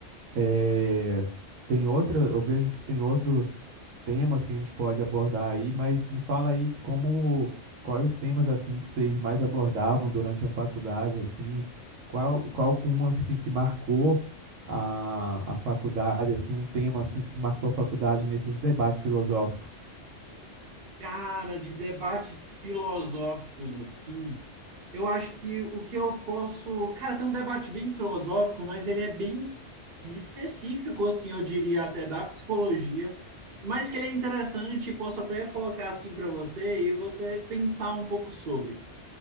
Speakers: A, on the right; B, on the right.
A: é, tem outra, eu vejo que tem outros temas que a gente pode abordar aí, mas me fala aí como, quais os temas assim que vocês mais abordavam durante a faculdade, assim, qual, qual uma assim que marcou a, a faculdade, assim, um tema assim que marcou a faculdade nesses debates filosóficos?
B: Cara, de debates filosóficos assim, Eu acho que o que eu posso. Cara, tem um debate bem filosófico, mas ele é bem específico, assim, eu diria, até da psicologia, mas que ele é interessante, posso até colocar assim para você e você pensar um pouco sobre.